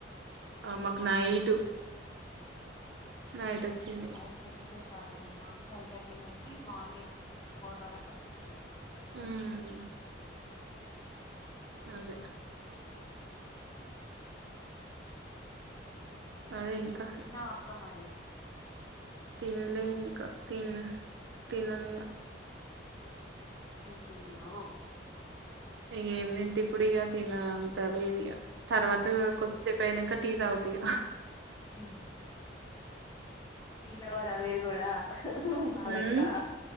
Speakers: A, on the right; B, on the left.
A: ఆ మాకు నైటూ నైట్ వచ్చింది
B: ఫైవ్ థర్టీ కే స్టార్ట్ అయింది మాకు ఫైవ్ థర్టీ నుంచి మార్నింగ్ ఫోర్ వరకు వచ్చింది
A: మ్
B: మ్
A: అదే అదే ఇంకా
B: తిన్నావ అక్క మరి
A: తిన్లే ఇంకా తిన్ తినను ఇగ
B: ఏందో
A: ఇగ ఏం తింటా ఇప్పుడు ఇగ తిన అంత లేదు ఇగ తర్వాత కొద్దిసేపు అయినాంక టీ తాగుతా ఇగ
B: మ్ టీ లవర్ అ మీరు కూడా మాలెక్క
A: ఉమ్